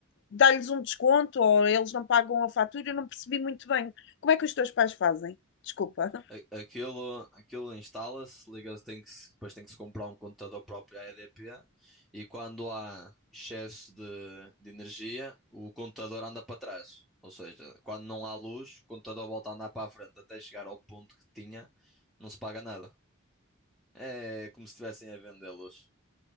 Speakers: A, on the left (about 55°); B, in the centre.
A: dá-lhes um desconto ou eles não pagam a fatura, eu não percebi muito bem. Como é que os teus pais fazem? Desculpa.
B: a- Aquilo, aquilo instala-se, liga, tem que, se- depois tem que se comprar um computador próprio à EDP e quando há excesso de, de energia, o computador anda para trás. Ou seja, quando não há luz, o computador volta a andar para a frente até chegar ao ponto que tinha, não se paga nada. É como se estivessem a vender luz.